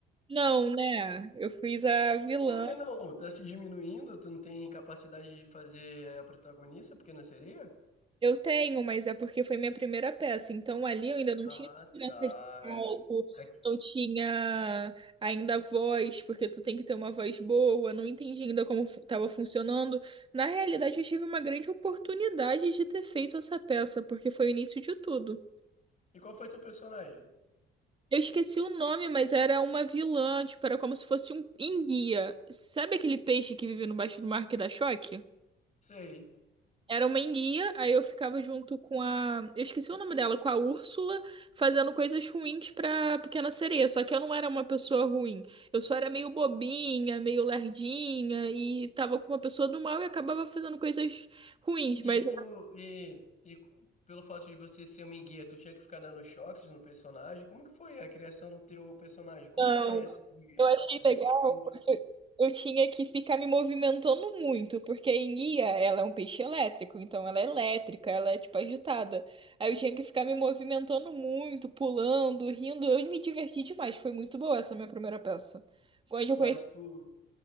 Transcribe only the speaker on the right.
Não, né? Eu fiz a vilã.
Eu tenho, mas é porque foi minha primeira peça. Então ali eu ainda não
tinha segurança
de palco,
não tinha ainda voz, porque tu tem que ter uma voz boa. Não entendi ainda como estava funcionando. Na realidade, eu tive uma grande oportunidade de ter feito essa peça, porque foi o início de tudo.
Eu esqueci o nome, mas era uma vilã, tipo, era como se fosse um enguia. Sabe aquele peixe que vive no baixo do mar que dá choque?
Era uma enguia, aí eu ficava junto com a. Eu esqueci o nome dela, com a Úrsula, fazendo coisas ruins pra Pequena Sereia. Só que eu não era uma pessoa ruim. Eu só era meio bobinha, meio lerdinha, e tava com uma pessoa do mal e acabava fazendo coisas ruins.
Mas
ela
Eu achei
legal
porque eu tinha que ficar me movimentando muito, porque a enguia, ela é um peixe elétrico, então ela é elétrica, ela é tipo agitada. Aí eu tinha que ficar me movimentando muito, pulando, rindo. Eu me diverti demais, foi muito boa essa minha primeira peça. Quando eu
conheci.